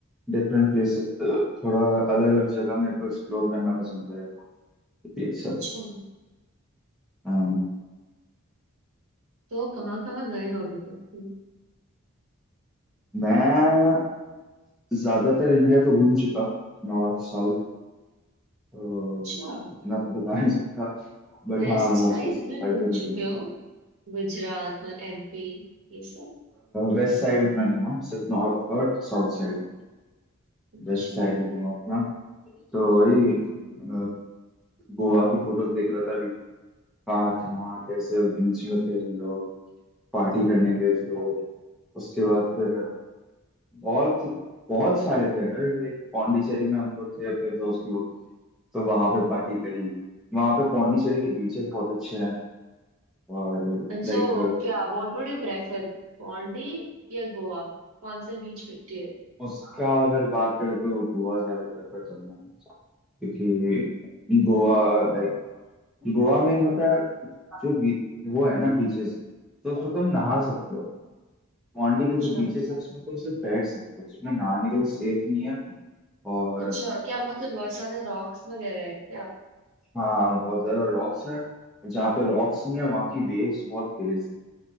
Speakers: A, in the centre; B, on the right (about 75°).
A: डिफरेंट प्लेस थोड़ा अलग अलग जगह मेरे को एक्सप्लोर करना पसंद है एक सर
B: अच्छा
A: हाँ,
B: तो कहाँ कहाँ गए हो अभी तक तुम
A: मैं ज्यादातर इंडिया तो घूम चुका नॉर्थ साउथ तो
B: अच्छा
A: इतना तो बता नहीं सकता बट
B: वेस्ट
A: हाँ मैं मोस्टली
B: साइड में घूम
A: हर जगह
B: चुके
A: घूम चुका
B: हो गुजरात में एमपी ये सब
A: वेस्ट साइड उतना नहीं घूमा सिर्फ नॉर्थ और साउथ साइड
B: अच्छा
A: वेस्ट साइड नहीं घूमा उतना तो वही अ,
B: हम्म
A: गोवा की फोटोज देख रहा था अभी कहाँ कहाँ कैसे बीच में थे हम लोग पार्टी करने गए थे उसके बाद फिर बहुत बहुत सारे थे यार लाइक पौंडीचेरी में हम लोग थे फिर दोस्त लोग तो वहां पे पार्टी करी वहां पे पौंडीचेरी के बीचेस बहुत अच्छे हैं और लाइक
B: सो क्या what would you prefer Pondy या गोवा कौन से बीच पे टियर
A: उसका अगर बात करें तो गोवा ज्यादा प्रेफर करना है क्योंकि गोवा लाइक गोवा में मतलब जो बी, वो है ना बीचेस तो उसमें तुम नहा
B: हाँ,
A: सकते हो पौंडी
B: अच्छा
A: के जो बीचेस है उसमें तुम सिर्फ बैठ सकते हो उसमें नहाने के लिए सेफ नहीं है और
B: अच्छा क्या मतलब बहुत सारे रॉक्स वगैरह है क्या
A: हाँ बहुत ज्यादा रॉक्स है जहाँ पे रॉक्स नहीं है वहाँ की वेव्स बहुत तेज है